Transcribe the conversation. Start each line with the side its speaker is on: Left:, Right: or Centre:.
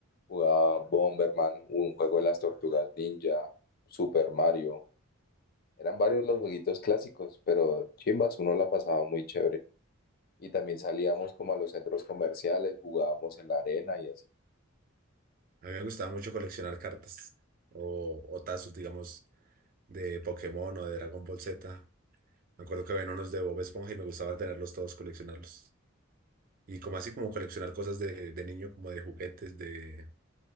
Left: Jugaba Bomberman, un juego de las tortugas ninja, Super Mario. Eran varios los jueguitos clásicos, pero chimbas, uno la pasaba muy chévere. Y también salíamos como a los centros comerciales, jugábamos en la arena y así.
Right: A mí me gustaba mucho coleccionar cartas o, o tazos, digamos, de Pokémon o de Dragon Ball Z. Me acuerdo que había unos de Bob Esponja y me gustaba tenerlos todos, coleccionarlos. Y como así, como coleccionar cosas de, de niño, como de juguetes, de,